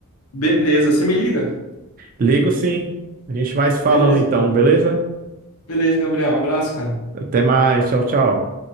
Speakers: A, on the left; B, on the right.
A: Beleza, você me liga?
B: Ligo sim. A gente vai se falando
A: Beleza,
B: então,
A: então.
B: beleza?
A: Beleza, Gabriel. Um abraço, cara.
B: Até mais. Tchau, tchau.